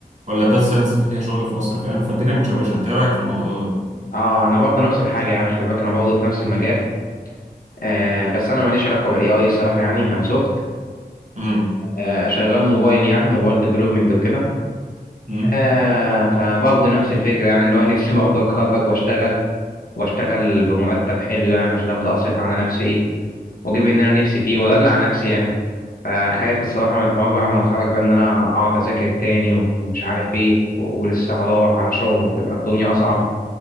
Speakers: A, on the right (about 45°); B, on the left (about 60°).
A: ولا داتا ساينس فيها شغل في مصر فاهم فالدنيا متشوشة انت ايه رأيك في الموضوع ده
B: اه انا برضه نفس الحاجه يعني خلي بالك انا برضه في نفس المجال آه بس انا ماليش علاقه بالاي اي الصراحه يعني انا سوفت
A: امم
B: آه شغال موبايل يعني موبايل ديفلوبمنت وكده
A: امم
B: آه فبرضه نفس الفكره يعني اللي هو <laughs> نفسي برضه اتخرج واشتغل واشتغل بمرتب حلو يعني عشان ابدا اصرف على نفسي ايه واجيب اللي انا نفسي فيه وادلع نفسي يعني فخايف الصراحة من الحوار ده على ما اتخرج بقى إن أنا أقعد أذاكر تاني و- ومش عارف إيه و- ولسه هدور على شغل وتبقى الدنيا أصعب